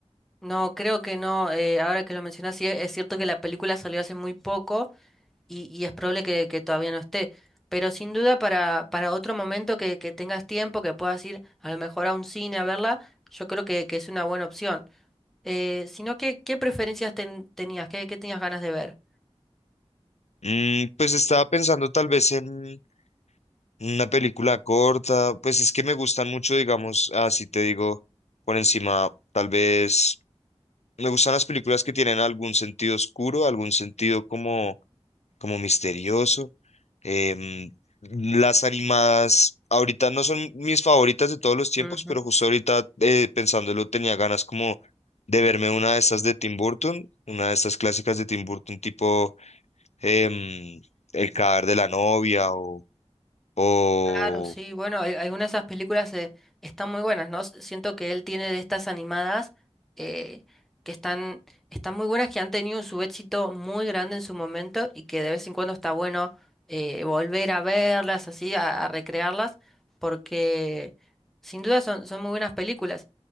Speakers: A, in the centre; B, on the left.
A: No, creo que no. eh, ahora que lo mencionas, sí, es cierto que la película salió hace muy poco y, y es probable que, que todavía no esté. Pero sin duda para, para otro momento que, que tengas tiempo, que puedas ir a lo mejor a un cine a verla, yo creo que, que es una buena opción. eh, sino que, ¿qué preferencias ten- tenías? ¿Qué, qué tenías ganas de ver?
B: Mm, pues estaba pensando tal vez en una película corta, pues es que me gustan mucho, digamos, así te digo, por encima, tal vez me gustan las películas que tienen algún sentido oscuro, algún sentido como, como misterioso. Em, las animadas ahorita no son mis favoritas de todos los tiempos,
A: Ujú.
B: pero justo ahorita eh, pensándolo tenía ganas como de verme una de estas de Tim Burton, una de estas clásicas de Tim Burton tipo em, El cadáver de la novia o, o...
A: Claro, sí, bueno, al- algunas de esas películas eh, están muy buenas, ¿no? S- Siento que él tiene de estas animadas eh, que están, están muy buenas, que han tenido su éxito muy grande en su momento y que de vez en cuando está bueno eh, volver a verlas, así, a, a recrearlas, porque sin duda son, son muy buenas películas.